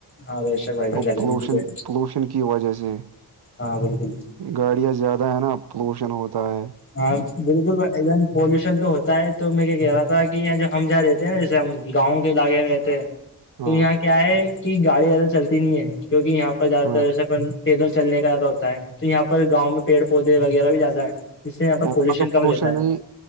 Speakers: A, on the left; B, on the right.
A: ہاں بے شک بھائی جان
B: وہ
A: گرمی بھی تو ہے۔
B: پولوشن کی وجہ سے
A: ہاں بالکل
B: گاڑیاں زیادہ ہے نا پولوشن ہوتا ہے
A: ہاں بالکلن پولوشن تو ہوتا ہے تو میں کیا کہہ رہا تھا کہ جب ہم جا دیتے نا جیسے ہم گاؤں علاقے میں رہتے ہیں تو
B: ہاں
A: یہاں کیا ہے کہ گاڑی زیادہ چلتی نہیں ہے کیونکہ یہاں پر زیادہ
B: ہاں
A: تر سب پیدل چلنے کا زیادہ ہوتا ہے تو یہاں پر گاؤں میں پیڑ پودے وغیرہ بھی زیادہ ہے اس سے یہاں پر
B: وہاں تو
A: کم
B: پولوشن
A: رہتا ہے
B: نہیں